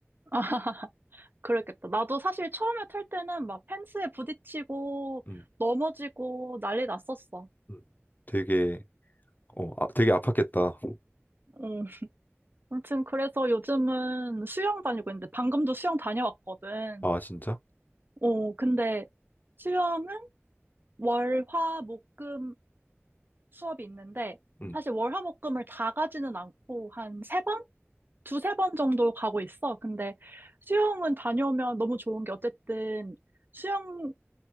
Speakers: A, on the right (about 45°); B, on the left (about 40°).
A: 아, <laughs> 그랬겠다. 나도 사실 처음에 탈 때는 막 펜스에 부딪히고
B: 음,
A: 넘어지고 난리 났었어.
B: 음, 되게 어, 아, 되게 아팠겠다.
A: 응. 아무튼 그래서 요즘은 수영 다니고 있는데 방금도 수영 다녀왔거든.
B: 아, 진짜?
A: 어, 근데 수영은 월, 화, 목, 금 수업이 있는데
B: 음,
A: 사실 월, 화, 목, 금을 다 가지는 않고 한세번 두세 번 정도 가고 있어. 근데 수영은 다녀오면 너무 좋은 게 어쨌든 수영을